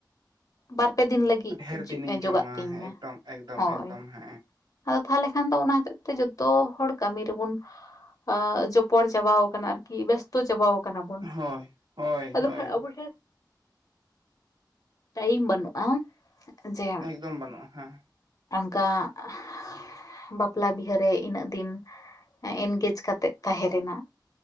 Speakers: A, on the left (about 50°); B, on the right (about 75°).
A: ᱵᱟᱨᱯᱮ ᱫᱤᱱ ᱞᱟᱹᱜᱤᱫ
B: ᱰᱷᱮᱨ ᱫᱤᱱᱤᱧ
A: ᱡᱚᱜᱟᱜ
B: ᱡᱚᱢᱟ
A: ᱛᱤᱧᱢᱟ
B: ᱦᱮᱸ ᱮᱠᱫᱚᱢ ᱮᱠᱫᱚᱢ
A: ᱦᱳᱭ
B: ᱮᱠᱫᱚᱢ ᱦᱮᱸ
A: ᱟᱫᱚ ᱛᱟᱦᱞᱮ ᱠᱷᱟᱱ ᱫᱚ ᱚᱱᱟ ᱦᱚᱛᱮᱜ ᱛᱮ ᱡᱚᱛᱚ ᱦᱚᱲ ᱠᱟᱹᱢᱤ ᱨᱮᱵᱚᱱ᱾ ᱮᱸ, ᱡᱚᱯᱚᱲ ᱪᱟᱵᱟᱣ ᱠᱟᱱᱟ ᱟᱨ ᱠᱤ ᱵᱮᱥᱛᱚ ᱪᱟᱵᱟᱣ ᱠᱟᱱᱟ ᱵᱚᱱ
B: ᱦᱳᱭ ᱦᱳᱭ
A: ᱟᱫᱚ
B: ᱦᱳᱭ
A: ᱠᱷᱟᱱ ᱟᱵᱚ ᱴᱷᱮᱱ᱾ ᱴᱟᱭᱤᱢ ᱵᱟᱹᱱᱩᱜᱼᱟ ᱡᱮ
B: ᱮᱠᱫᱚᱢ ᱵᱟᱹᱱᱩᱜᱼᱟ ᱦᱮᱸ
A: ᱚᱱᱠᱟ <unintelligible> ᱵᱟᱯᱞᱟ ᱵᱤᱦᱟᱹᱨᱮ ᱤᱱᱟᱹᱜ ᱫᱤᱱ ᱮᱱᱜᱮᱡᱽ ᱠᱟᱛᱮᱜ ᱛᱟᱦᱮᱸ ᱨᱮᱱᱟᱜ